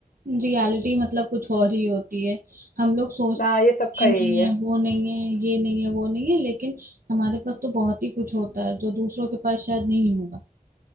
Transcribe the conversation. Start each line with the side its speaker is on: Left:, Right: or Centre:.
Right: रियलिटी मतलब कुछ और ही होती है हम लोग सोचते
Left: हाँ,
Right: हैं,
Left: ये सबका
Right: ये
Left: यही
Right: नहीं
Left: है।
Right: है वो नहीं है ये नहीं है वो नहीं है लेकिन हमारे पास तो बहुत ही कुछ होता है जो दूसरों के पास शायद नहीं होगा